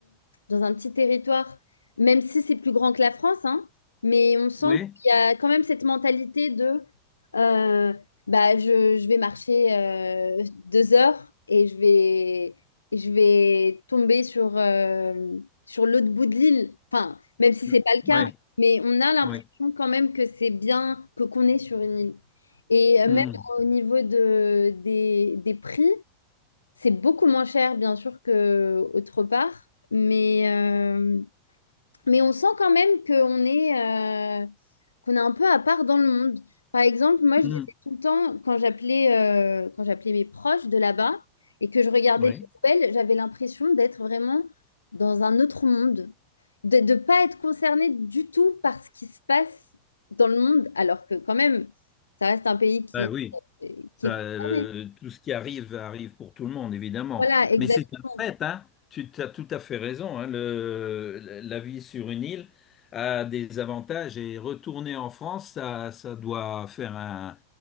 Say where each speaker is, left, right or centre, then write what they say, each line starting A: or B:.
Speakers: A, on the left (about 75°); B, on the left (about 25°).
A: dans un petit territoire, même si c'est plus grand que la France, hein, mais on sent
B: Oui,
A: qu'il y a quand même cette mentalité de, euh, bah, je, je vais marcher euh, deux heures et je vais, et je vais tomber sur, euh, sur l'autre bout de l'île. Enfin, même si
B: oui,
A: c'est pas le
B: oui.
A: cas, mais on a l'impression
B: Oui.
A: sens quand même que c'est bien que qu'on est sur une île. Et euh,
B: Hmm,
A: même au niveau de, des, des prix, c'est beaucoup moins cher, bien sûr, qu'autre part. Mais, euh, mais on sent quand même qu'on est, euh, qu'on est un peu à part dans le monde. Par exemple, moi,
B: hmm,
A: je disais tout le temps, quand j'appelais euh, quand j'appelais mes proches de là-bas et que je regardais
B: oui.
A: les nouvelles, j'avais l'impression d'être vraiment dans un autre monde, de ne pas être concernée du tout par ce qui se passe dans le monde, alors que quand même, ça reste un pays qui,
B: Ben oui.
A: qui
B: Ça,
A: est
B: euh,
A: concerné.
B: tout ce qui arrive arrive pour tout le monde, évidemment.
A: Voilà, exactement.
B: Mais c'est un fait, hein. Tu as tout à fait raison. hein. Le- la vie sur une île a des avantages et retourner en France, ça, ça doit faire un-